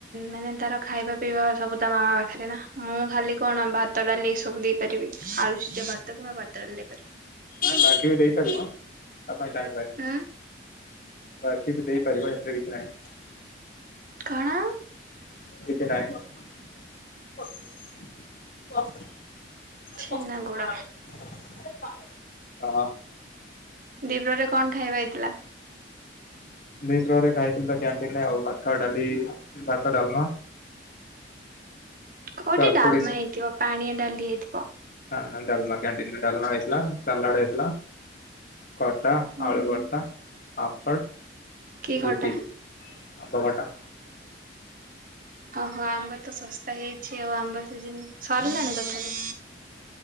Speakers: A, on the right; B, on the left.
A: ମାନେ ତାର ଖାଇବା ପିଇବା ସବୁ ତା ମାମା ହେଲେ ନା, ମୁଁ ଖାଲି କଣ ଭାତ ଡାଲି ଏ ସବୁ ଦେଇପାରିବି ଆଳୁ ସିଝା ଭାତ କିମ୍ବା ଭାତ ଡାଲି ଦେଇପାରିବି।
B: ବାକି ବି ଦେଇପାରିବ ତା ପାଇଁ ଟାଇମ୍ ଲାଗି
A: ଉଁ
B: ବାକିିବି ଦେଇପାରିବ ହେଥିରେ କିଛି ନାହିଁ।
A: କଣ?
B: କିଛିନାଇଁ <unintelligible>
A: ଛେନା
B: <unintelligible>
A: ଗୁଡ ଦିପ୍ରରେ କଣ ଖାଇବା ହେଇଥିଲା?
B: ଦି ପ୍ରହରେ ଖାଇଥିଲି ପା କ୍ୟାଣ୍ଟିନରେ ଆଉ ଭାତ, ଡାଲି, ଭାତ ଡାଲମା।
A: କୋଉଠି
B: କାକୁଡି
A: ଡାଲମା ହେଇଥିବ, ପାଣିଆ ଡାଲି ହେଇଥିବ।
B: ହଁ ହଁ ଡାଲମା କ୍ୟାଣ୍ଟିନ୍ରେ ଡାଲମା ହେଇଥିଲା, ସାଲାର୍ଡ଼୍ ହେଇଥିଲା। ଖଟା,
A: ହୁଁ।
B: ଆଳୁ ଭର୍ତା, ପାମ୍ପଡ଼,
A: କି ଖଟା
B: ରୁଟିଯେ। ଆମ୍ବ ଖଟା।
A: ଓହୋ ଆମ୍ବ ତ ଶସ୍ତା ହେଇଛି ଆଉ ଆମ୍ବ ସିଜିନ ସରିଲାଣି ତଥାପି।